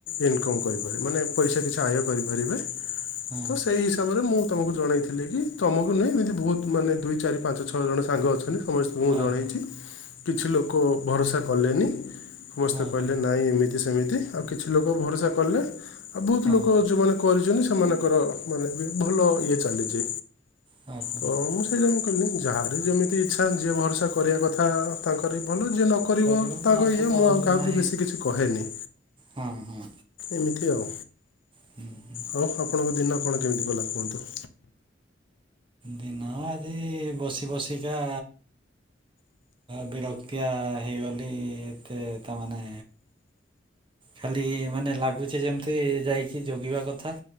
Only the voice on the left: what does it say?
ଇନକମ କରିପାରିବେ, ମାନେ ପଇସା କିଛି ଆୟ କରିପାରିବେ। ହ
ତ ସେଇ ହିସାବରେ ମୁଁ ତମକୁ ଜଣେଇଥିଲି କି ତମକୁ ନୁହେଁ ଏମିତି ବହୁତ ମାନେ ଦୁଇ ଚାରି ପାଞ୍ଚ ଛ ଛଅ ଜଣ ସାଙ୍ଗ ଅଛନ୍ତି ସମସ୍ତଙ୍କୁ ମୁଁ
ଜଣାଇଛି
କିଛି ଲୋକ ଭରସା କଲେନି। ସମସ୍ତେ
କହିଲେ
ନାଇଁ ଏମିତି ସେମିତି ଆଉ କିଛି ଲୋକ ଭରସା କଲେ ଆଉ ବହୁତ
ଲୋକ ଯୋଉମାନେ କରିଚନ୍ତି ସେମାନଙ୍କର ମାନେ ବି ଭଲ ଇଏ ଚାଲିଛି,
ତ ମୁଁ <unintelligible> ମୁ କହିଲି ଯାହାର ଯେମିତି ଇଚ୍ଛା ଯିଏ ଭରସା କରିବା କଥା ତାଙ୍କର ଭଲ ଯିଏ ନକରିବ
ତାଙ୍କ
ଇଏ
ମୁଁ ଆଉ କାହାକୁ
ବେଶୀ କିଛି କହେନି।
ଏମିତି ଆଉ,
ଆଉ ଆପଣଙ୍କ ଦିନ କଣ କେମିତି ଗଲା କୁହନ୍ତୁ?